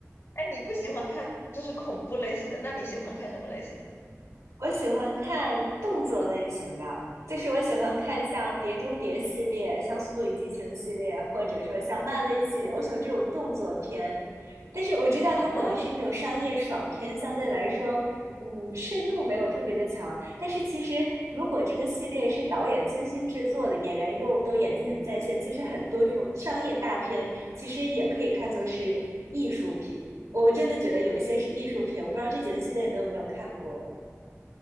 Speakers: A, on the left (about 55°); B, on the right (about 80°).
A: 哎，你不喜欢看就是恐怖类型的，那你喜欢看什么类型的？
B: 我喜欢看动作类型的，就是我喜欢看像《碟中谍》系列、像《速度与激情》系列，或者说像漫威系列，我喜欢这种动作片。但是我知道它可能是那种商业爽片，
A: 啊哈，
B: 相对来说，嗯，深度没有特别的强。但是其实如果这个系列是导演精心制作的，演员又都演技很在线，其实很多这种商业大片其实也可以看作是艺术品。我真的觉得有一些是艺术品，我不知道这几个系列你都有没有看过。